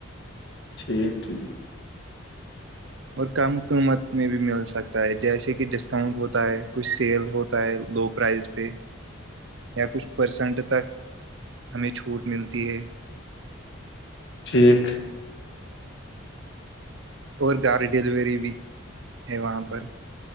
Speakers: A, on the left; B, on the right.
A: ٹھیک ٹھیک
B: اور کم قیمت میں بھی مل سکتا ہے جیسے کہ ڈسکاؤنٹ ہوتا ہے کچھ سیل ہوتا ہے لو پرائز پہ یا کچھ پرسنٹ تک ہمیں چھوٹ ملتی ہے
A: ٹھیک
B: اور گاڑ ڈلیوری بھی ہے وہاں پر